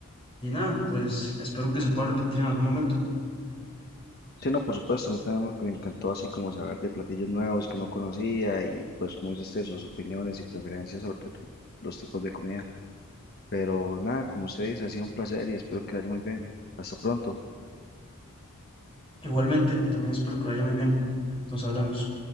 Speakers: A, on the left; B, on the left.
A: Y nada, pues espero que se pueda repetir en algún momento.
B: Sí, no, por supuesto, a mí también me me encantó así como saber de platillos nuevos que no conocía y pues como dice usted, sus opiniones y preferencias sobre los tipos de comida. Pero nada, como usted dice, ha sido un placer y espero que le haya muy bien. Hasta pronto.
A: Igualmente, también espero que lo haya muy bien. Nos hablamos.